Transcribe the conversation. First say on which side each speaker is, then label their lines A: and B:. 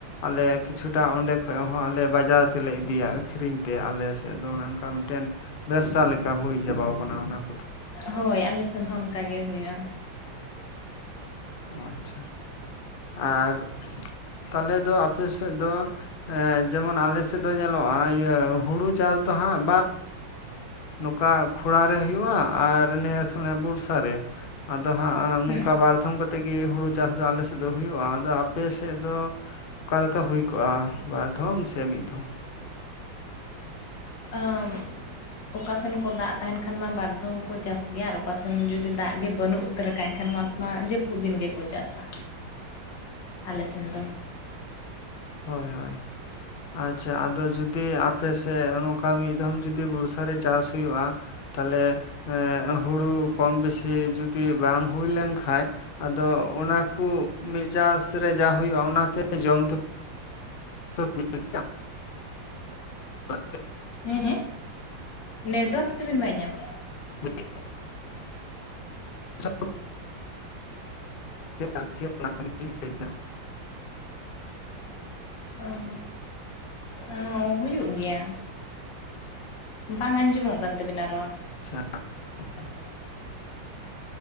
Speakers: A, on the left; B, on the left.
A: ᱟᱞᱮ ᱠᱤᱪᱷᱩᱴᱟ ᱚᱸᱰᱮ ᱠᱷᱚᱡ ᱦᱚᱸ ᱟᱞᱮ ᱵᱟᱡᱟᱨ ᱛᱮᱞᱮ ᱤᱫᱤᱭᱟ ᱟᱹᱠᱷᱨᱤᱧ ᱛᱮ ᱟᱞᱮ ᱥᱮᱫ ᱫᱚ ᱚᱱᱮ ᱚᱱᱠᱟ ᱢᱤᱫᱴᱮᱱ ᱵᱮᱵᱽᱥᱟ ᱞᱮᱠᱟ ᱦᱩᱭ ᱪᱟᱵᱟᱣ ᱟᱠᱟᱱᱟ ᱚᱱᱟ ᱾
B: ᱦᱳᱭ ᱟᱞᱮ ᱥᱮᱱ ᱦᱚᱸ ᱚᱱᱠᱟ ᱜᱮ ᱦᱩᱭᱩᱜᱼᱟ।
A: ᱟᱪᱪᱷᱟ ᱟᱨ ᱛᱟᱦᱚᱞᱮ ᱫᱚ ᱟᱯᱮ ᱥᱮᱫ ᱫᱚ ᱡᱮᱢᱚᱱ ᱟᱞᱮ ᱥᱮᱫ ᱫᱚ ᱧᱮᱞᱚᱜ-ᱟ ᱤᱭᱟᱹ ᱦᱩᱲᱩ ᱪᱟᱥ ᱫᱚ ᱦᱟᱸᱜ ᱵᱟᱨ ᱱᱚᱠᱟ ᱠᱷᱚᱲᱟ ᱨᱮ ᱦᱩᱭᱩᱜᱼᱟ, ᱟᱨ ᱱᱮᱥ ᱚᱱᱮ ᱵᱚᱨᱥᱟ ᱨᱮ, ᱟᱫᱚ ᱦᱟᱸᱜ
B: ᱦᱮᱸ
A: ᱱᱚᱝᱠᱟ ᱵᱟᱨᱫᱷᱚᱢ ᱠᱟᱛᱮᱫ ᱜᱤ ᱦᱩᱲᱩ ᱪᱟᱥ ᱫᱚ ᱟᱞᱮ ᱥᱮᱫ ᱫᱚ ᱦᱩᱭᱩᱜ-ᱟ ᱟᱫᱚ ᱟᱯᱮ ᱥᱮᱜ ᱫᱚ ᱚᱠᱟ ᱞᱮᱠᱟ ᱦᱩᱭ ᱠᱚᱜᱼᱟ ᱵᱟᱨ ᱫᱷᱚᱢ ᱥᱮ ᱢᱤᱫ ᱫᱷᱚᱢ?
B: ᱟᱹ, ᱚᱠᱟ ᱥᱮᱱ ᱠᱚ ᱫᱟᱜ ᱛᱟᱦᱮᱱ ᱠᱷᱟᱱ ᱢᱟ ᱵᱟᱨ ᱫᱷᱟᱣ ᱦᱚᱸᱠᱚ ᱪᱟᱥ ᱜᱮᱭᱟ ᱾ ᱟᱨ ᱚᱠᱟ ᱥᱮᱱ ᱡᱩᱫᱤ ᱫᱟᱜ ᱜᱮ ᱵᱟᱹᱱᱩᱜ, ᱩᱛᱟᱹᱨ ᱮᱱᱠᱷᱟᱱ ᱢᱟ‌ ᱚᱱᱛᱮ ᱢᱟ ᱡᱟᱹᱯᱩᱫ ᱫᱤᱱ ᱜᱮᱠᱚ ᱪᱟᱥᱟ ᱟᱞᱮ ᱥᱮᱱ ᱫᱚ।
A: ᱦᱳᱭ ᱦᱳᱭ ᱟᱪᱪᱷᱟ ᱟᱫᱚ ᱡᱩᱫᱤ ᱟᱯᱮ ᱥᱮᱫ ᱱᱚᱭ ᱱᱚᱝᱠᱟ ᱢᱤᱫ ᱫᱷᱚᱢ ᱡᱩᱫᱤ ᱡᱩᱤ ᱵᱚᱨᱥᱟ ᱨᱮ ᱪᱟᱥ ᱦᱩᱭᱩᱜᱼᱟ, ᱛᱟᱦᱚᱞᱮ ᱦᱮᱸ ᱦᱩᱲᱩ ᱠᱚᱢ ᱵᱤᱥᱤ ᱡᱩᱫᱤ ᱵᱟᱝ ᱦᱩᱭ ᱞᱮᱱ ᱠᱷᱟᱡ ᱟᱫᱚ ᱚᱱᱟᱠᱩ ᱢᱤᱫ ᱪᱟᱥ ᱨᱮ ᱡᱟ ᱦᱩᱭᱩᱜᱼᱟ ᱚᱱᱟᱛᱮ ᱡᱚᱢ ᱛᱮ ᱯᱮ ᱠᱩᱞᱟᱹᱜ <unintelligible>
B: ᱦᱮᱸ ᱦᱮᱸ, ᱱᱮᱴᱟᱣᱟᱨᱠ ᱛᱟ‌ ᱵᱮᱱ ᱵᱟᱭ ᱧᱟᱢᱮᱜ-ᱟ
A: <unintelligible> ᱪᱟᱥ ᱟᱨᱠᱤ ᱚᱱᱟᱱᱟᱜᱤᱧ ᱞᱟᱹᱭᱫᱟ <unintelligible>
B: ᱚ ᱦᱚᱸ ᱚ ᱦᱩᱭᱩᱜ ᱜᱮᱭᱟ, ᱵᱟᱝ ᱟᱸᱡᱚᱢᱚᱜ ᱠᱟᱱ ᱛᱟ. ᱵᱤᱱᱟ ᱨᱚᱲ।
A: ᱥᱟ <unintelligible>